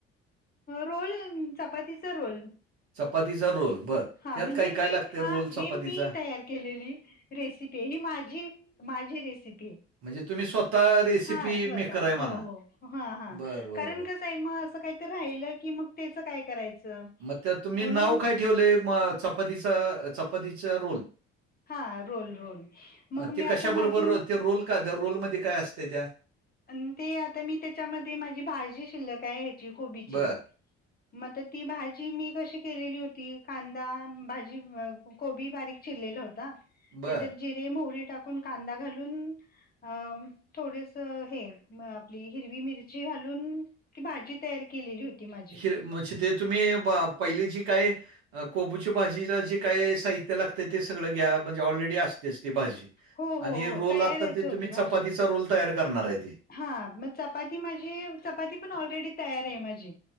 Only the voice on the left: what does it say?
रोल चपातीचा रोल.
हा
म्हणजे
हे
हा
हे
मी तयार केलेली रेसिपी ही माझी माझी रेसिपी.
<inaudible> हा स्वतः
हो
हो ह हा
कारण
कस असं आहे ना, असं काही राहिल की मग त्याच काय करायचं?
म्हणून
हा रोल-रोल
मग
मी
आता माझी
आणि ते आता मी त्याच्यामध्ये माझी भाजी शिल्लक हाय ह्याची कोबीची.
मग तर ती भाजी मी कशी केलेली होती कांदा भाजी, कोबी बारीक चिरलेल होता.
त्याच्यात जिरे मोहरी टाकून कांदा घालून अ थोडेस हे आपली हिरवी मिरची घालून ती भाजी तयार केलेली होती. माझी
हो
हो हो
तयारच
होती
भाजी
हा मग चपाती माझी चपाती पण ऑलरेडी तयार आहे माझी